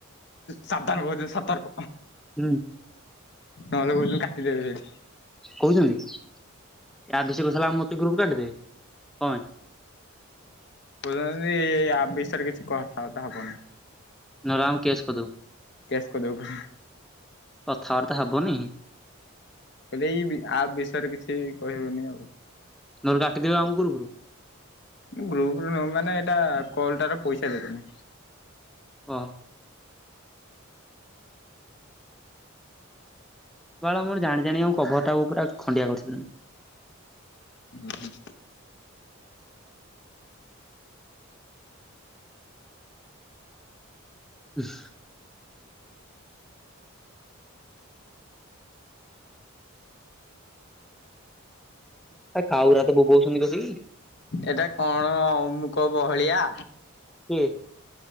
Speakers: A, on the left; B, in the centre.
A: ସାବଧାନ
B: ହଁ କହୁଛନ୍ତି।
A: କହୁଛନ୍ତି ସତର୍କ ନହେଲେ କହୁଛନ୍ତି କାଟିଦେବେ ବୋଲି।
B: ଭିଷ କରି ସାରିଲା ମତେ ଗ୍ରୁପ କାଟିଦେବେ କଣ ପାଇଁ?
A: କ ଆପ ବିଷୟରେ ସତରେ କିଛି କହନି। ସତା ହେପନା
B: ନରାମ କେସ କରିଦେବୁ।
A: କେସ୍ କରିଦେବୁ।
B: କଥାବାର୍ତ୍ତା ହବନି।
A: ଏ ଏଇ ଆ ବିଷୟରେ କିଛି କହିବୁନି ଆଉ।
B: ନହେଲେ କାଟିଦବା ଆମ ଗ୍ରୁପ ରୁ?
A: ଗ୍ରୁପ ର ନୁ ମାନେ ଏଇଟା କଲ୍ ଟା ପଇସା ଦେବେନି।
B: କହ। ବାଳ ମୋର ଜାଣି ଜାଣି ଆମ କଭରଟାକୁ ପୁରା ଖଣ୍ଡିଆ କରିସାରିଲିଣି।
A: ହୁଁ ହଁ।
B: ହ କାଉରା ତ ବୋବଉଛନ୍ତି କସିକି
A: ଏଟା କଣ ଅମୁକ ବହଳିଆ।
B: କିଏ?